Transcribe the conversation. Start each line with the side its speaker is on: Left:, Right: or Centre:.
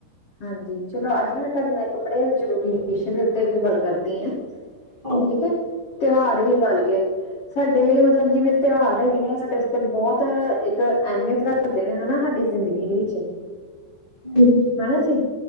Left: ਹਾਂਜੀ ਚਲੋ ਅੱਜ ਮੈਂ ਤੁਹਾਡੇ ਨਾਲ ਇੱਕ ਬੜੇ ਜ਼ਰੂਰੀ ਵਿਸ਼ੇ ਦੇ ਉੱਤੇ ਇੱਕ ਗੱਲ ਕਰਦੀ ਆ
Right: ਹਾਂਜੀ
Left: ਠੀਕ ਏ ਤਿਉਹਾਰ ਹੀ ਲਗਾ ਲਈਏ। ਸਾਡੇ ਲਈ ਮਤਲਬ ਜਿਵੇਂ ਤਿਉਹਾਰ ਹੈਗੇ ਨੇ ਸਾਡੇ ਤੇ ਬਹੁਤ ਇੱਕ ਅਹਿਮੀਅਤ ਰੱਖ ਕਰਦੇ ਨੇ ਹਨਾ ਸਾਡੀ ਜ਼ਿੰਦਗੀ ਦੇ ਵਿੱਚ
Right: ਹ <inaudible>
Left: ਹਨਾ ਜੀ